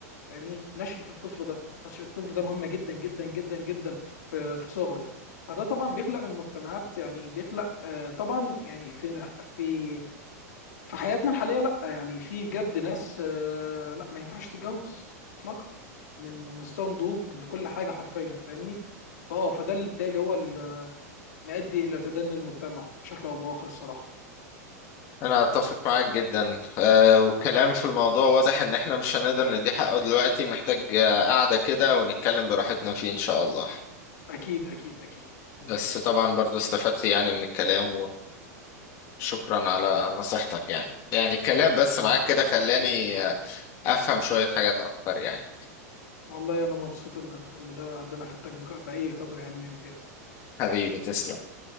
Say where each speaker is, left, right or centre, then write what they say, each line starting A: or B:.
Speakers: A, on the left; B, on the left.
A: فاهمني نشأة الطفل ده نشأة الطفل ده مهمه جدا جدا جدا جدا في في صغره فده طبعا بيخلق من مجتمعات يعني بيخلق آه، طبعا يعني في في في حياتنا الحاليه لا يعني في بجد ناس آه، لا ما ينفعش تتجوز اطلاقا من مستوى نضوج لكل حاجه حرفيا فاهمني فاه فده اللي بالتالي هو اللي مؤدي الى تدني المجتمع بشكل او باخر الصراحه
B: انا اتفق معاك جدا أه والكلام في الموضوع واضح ان احنا مش هنقدر ندي حقه دلوقتي محتاج آه، قعدة كده ونتكلم براحتنا فيه ان شاء الله
A: اكيد اكيد اكيد
B: بس طبعا برضو استفدت يعني من الكلام وشكرا على نصيحتك يعني يعني الكلام بس
A: العفو
B: معاك كده
A: العفو
B: خلاني آه، افهم شوية حاجات اكتر يعني
A: والله انا مبسوط اللي اللي ده اللي انا فدتك بق- باي قدر يعني من الامكان
B: حبيبي تسلم